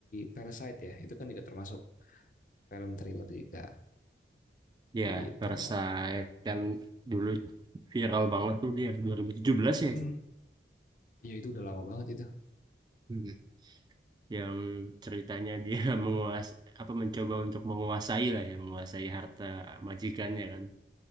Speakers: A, on the left; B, on the right.
A: Parasite ya, itu kan juga termasuk film thriller juga
B: Ya,
A: gitu.
B: Parasite kan dulu viral banget tuh dia 2017 ya
A: Hmm,
B: itu.
A: ya itu udah lama banget itu.
B: Hmm. Yang ceritanya dia <laughs> menguas apa mencoba untuk menguasai lah ya, menguasai harta majikannya kan.